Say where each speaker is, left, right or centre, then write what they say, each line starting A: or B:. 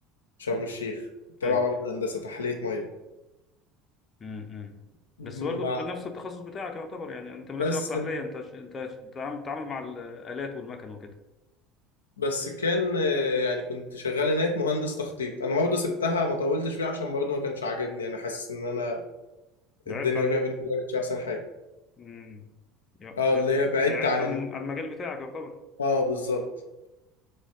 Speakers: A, on the left (about 85°); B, on the left (about 30°).
A: شرم
B: أمم.
A: الشيخ تبع
B: ايوه
A: برضه هندسة تحلية مية
B: امم أمم.
A: مع
B: بس برضه في نفس التخصص بتاعك يعتبر يعني انت مالكش
A: بس
B: دعوه بالتحليه انت ش... انت ش... بتتعامل بتتعامل مع الالات والمكن وكده
A: بس كان آه، يعني كنت شغال هناك مهندس تخطيط انا برضه سبتها ما طولتش فيها عشان برضه ما كانش عاجبني يعني حاسس ان انا
B: بعدت
A: الدنيا
B: عن
A: فيها بالنسبة لي مش احسن حاجة
B: امم يا-
A: اه
B: يا-
A: اللي هي بعدت
B: بعدت
A: عن
B: عن
A: الم...
B: عن المجال بتاعك يعتبر
A: اه بالظبط